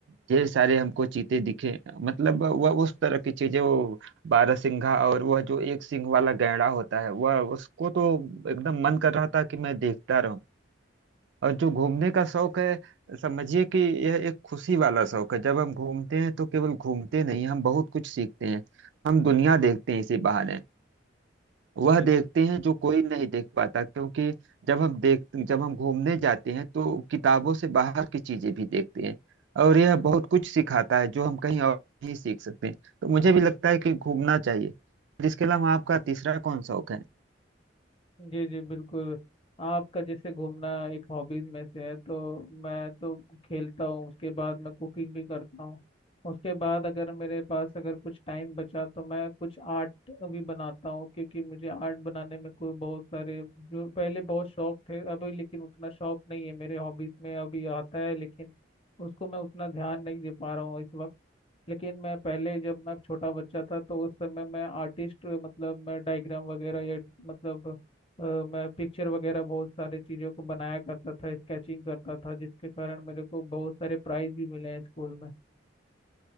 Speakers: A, on the right; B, on the left.
A: ढेर सारे हमको चीते दिखे मतलब वह उस तरह की चीजें वो बारहसिंघा और वह जो एक सिंह वाला गैंडा होता है वह उसको तो एकदम मन कर रहा था कि मैं देखता रहूं और जो घूमने का शौक है समझिए कि यह एक खुशी वाला शौक है जब हम घूमते हैं तो केवल घूमते नहीं हम बहुत कुछ सीखते हैं हम दुनिया देखते हैं इसी बहाने वह
B: बिल्कुल
A: देखते हैं जो कोई नहीं देख पाता क्योंकि जब हम देख जब हम घूमने जाते हैं तो किताबों से बाहर की चीजें भी देखते हैं और यह बहुत कुछ सिखाता है जो हम कहीं और नहीं सीख सकते हैं तो मुझे भी लगता है कि घूमना चाहिए इसके अलावा आपका तीसरा कौन शौक है
B: जी जी बिल्कुल आपका जैसे घूमना एक हॉबीज में से है तो मैं तो खेलता हूँ उसके बाद मैं कुकिंग भी करता हूँ उसके बाद अगर मेरे पास अगर कुछ टाइम बचा तो मैं कुछ आर्ट भी बनाता हूँ क्योंकि मुझे आर्ट बनाने में कोई बहुत सारे जो पहले बहुत शौक थे अभी लेकिन उतना शौक नहीं है मेरे हॉबीज में अभी आता है लेकिन उसको मैं उतना ध्यान नहीं दे पा रहा हूँ इस वक्त लेकिन मैं पहले जब मैं छोटा बच्चा था तो उस समय मैं आर्टिस्ट मतलब मैं डायग्राम वगैरह या मतलब अ, मैं पिक्चर वगैरह बहुत सारे चीज़ों को बनाया करता था स्केचिंग करता था जिसके कारण मेरे को बहुत सारे प्राइज भी मिले हैं स्कूल में